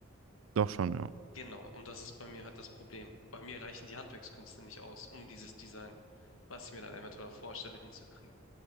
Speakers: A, on the right; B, on the left.
A: Doch schon, ja.
B: Genau, und das ist bei mir halt das Problem. Bei mir reichen die Handwerkskünste nicht aus, um dieses Design, was ich mir dann eventuell auch vorstelle, hinzukriegen.